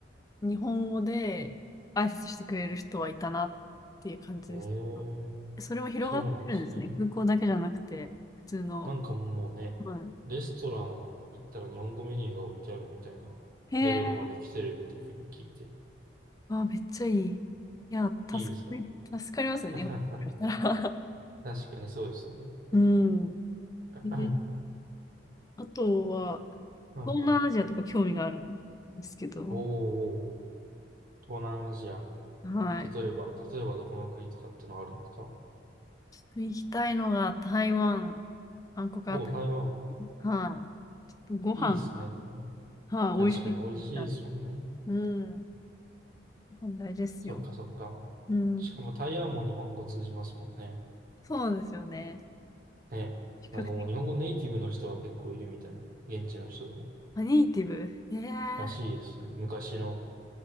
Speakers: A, on the left (about 20°); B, on the right (about 50°).
A: 日本語で挨拶してくれる人はいたなっていう感じです。
B: ええ、
A: それも広がってるんですね。
B: そうなんですね。
A: 空港だけじゃなくて、普通の。
B: なんかもうね、
A: は
B: レストラン行ったら日本語メニューが置いてあるみたいなレベルまで来てるっていうふうに聞いて、
A: い。へえ。あ、めっちゃいい。いや、助かり、
B: いいですか
A: 助かりますね、
B: <laughs> 確
A: 日本からしたら。
B: かにそうですね。
A: <laughs> うん。
B: <clears throat>
A: え
B: は
A: あとは、
B: いはい。
A: 東南アジアとか興味があるんですけど、
B: おーおーおー、東南アジア。
A: はい。
B: 例えば、例えばどこの国とかってのはあるんですか
A: ちょっと行きたいのが台湾、韓国あた
B: おおー、台湾。
A: り。はい。ちょっとご飯が。
B: いいですね、台湾。
A: はい、
B: 確かに美味しいですもんね。
A: 美味しいって言ったんで。うん。ご飯大事ですよ。
B: そっかそっか。
A: うん。
B: しかも台湾も日本語通じますもんね。
A: そうなんですよね。
B: ね。
A: 比較的。
B: なんかもう日本語ネイティブの人が結構いるみたいな。現地の人でも。
A: あ、ネイティブ。ええ
B: らしいですね。昔の、